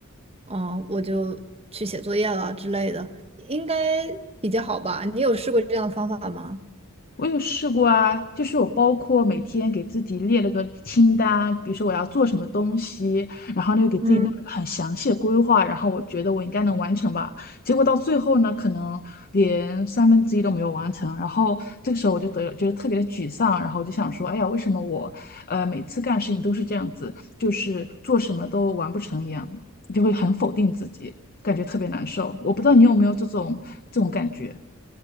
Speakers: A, on the right (about 25°); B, on the left (about 45°).
A: 嗯，我就去写作业了之类的，应该比较好吧？你有试过这样的方法吗？
B: 我有试过啊，就是我包括每天给自己列了个清单，比如说我要做什么东西，然后呢又给自己弄了个很详细的规划，
A: 嗯。
B: 然后我觉得我应该能完成吧。结果到最后呢，可能连三分之一都没有完成，然后这个时候我就得觉得特别的沮丧，然后我就想说，哎呀，为什么我呃每次干事情都是这样子，就是做什么都完不成一样，就会很否定自己，感觉特别难受。我不知道你有没有这种这种感觉。